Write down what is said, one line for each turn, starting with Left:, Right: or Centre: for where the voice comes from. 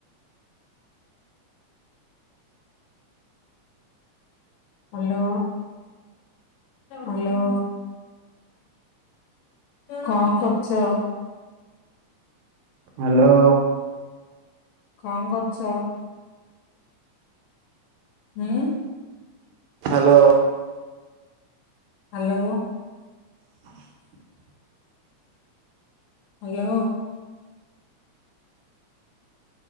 Left: Hello hello. କଁ କରୁଚ?
Right: Hello.
Left: କ କରୁଚ? ହୁଁ।
Right: Hello.
Left: Hello.
Right: <inaudible>
Left: Hello.